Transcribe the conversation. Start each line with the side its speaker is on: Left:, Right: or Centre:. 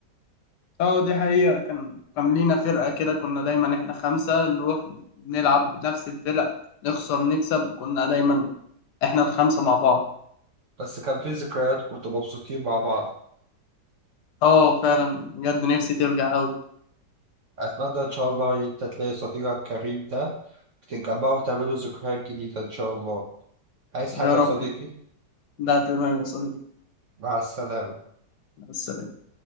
Left: <laughs> اه دي حقيقة كان كان لينا فرقة كده كنا دايما احنا خمسة نروح نلعب نفس الفرق نخسر نكسب كنا دايما احنا الخمسة مع بعض
Right: بس كان في ذكريات كنتوا مبسوطين مع بعض
Left: اه فعلا بجد نفسي ترجع اوي
Right: اتمنى ان شاء الله إن انت تلاقي صديقك كريم ده تتجمعوا وتعملوا ذكريات جديدة إن شاء الله عايز حاجة
Left: يا
Right: يا
Left: رب
Right: صديقي
Left: ده تمام يا صديقي
Right: مع السلامة
Left: مع السلامة